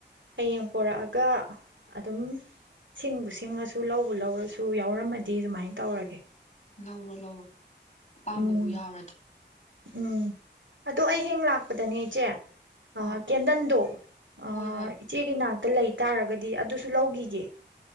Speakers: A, on the right (about 85°); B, on the left (about 40°).
A: ꯍꯌꯦꯡ ꯄꯣꯔꯛꯑꯒ ꯑꯗꯨꯝ ꯁꯤꯡꯕꯨ ꯁꯤꯡꯉꯁꯨ ꯂꯧꯕ ꯂꯧꯔꯁꯨ ꯌꯥꯎꯔꯝꯃꯗꯤ ꯑꯗꯨꯃꯥꯏꯅ ꯇꯧꯔꯒꯦ
B: ꯂꯧꯔꯣ ꯂꯧꯔꯣ ꯑꯄꯥꯝꯕꯕꯨ
A: ꯎꯝ
B: ꯌꯥꯎꯔꯗꯤ
A: ꯎꯝ ꯑꯗꯣ ꯑꯩ ꯍꯌꯦꯡ ꯂꯥꯛ ꯄꯗꯅꯦ ꯏꯆꯦ
B: ꯑꯥ
A: ꯀꯦꯟꯗꯟꯗꯣ
B: ꯍꯣꯏ
A: ꯑꯥ
B: ꯍꯣꯏ
A: ꯏꯆꯦꯒꯤ ꯅꯥ ꯇ ꯂꯩ ꯇꯥꯔꯒꯗꯤ ꯑꯗꯨꯁꯨ ꯂꯧꯒꯤꯒꯦ